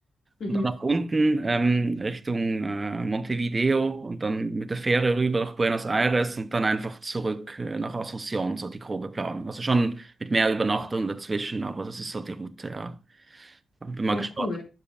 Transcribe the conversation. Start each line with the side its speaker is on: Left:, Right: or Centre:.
Left: Mhm.
Right: und dann nach unten ähm, Richtung äh, Montevideo und dann mit der Fähre rüber nach Buenos Aires und dann einfach zurück äh, nach Asunción, so die grobe Planung. Also schon mit mehr Übernachtungen dazwischen, aber das ist so die Route, ja. Bin mal
Left: Ja,
Right: gespannt,
Left: cool.